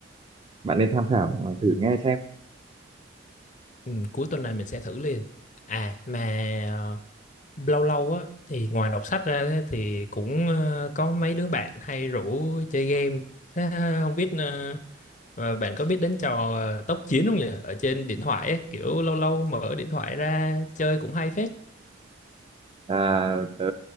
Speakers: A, on the right; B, on the left.
A: bạn nên tham khảo à, thử
B: ừ,
A: nghe xem
B: ừ, cuối tuần này mình sẽ thử liền à mà ờ, lâu lâu á thì ngoài đọc sách ra á, thì cũng ờ, có mấy đứa bạn hay rủ chơi game thế ờ, không biết ờ, ờ, bạn có biết đến trò ờ, tốc chiến không nhỉ ở trên điện thoại ấy, kiểu lâu lâu mở điện thoại ra chơi cũng hay phết
A: à, tớ